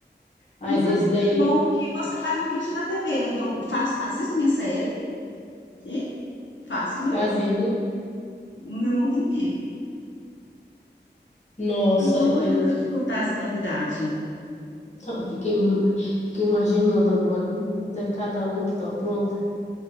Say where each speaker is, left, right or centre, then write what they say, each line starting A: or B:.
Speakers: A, on the left; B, on the left.
A: Mas
B: E uma
A: esse
B: coisa
A: daí
B: é bom que você faz na frente da TV, né? Então, eu faço, assisto minha série e faço o meu,
A: fazendo,
B: o meu montanha.
A: nossa,
B: doida
A: eu,
B: para
A: fi-
B: te contar essa novidade.
A: <laughs> eu fiquei, fiquei imaginando agora, mano, até cada uma que tá pronta.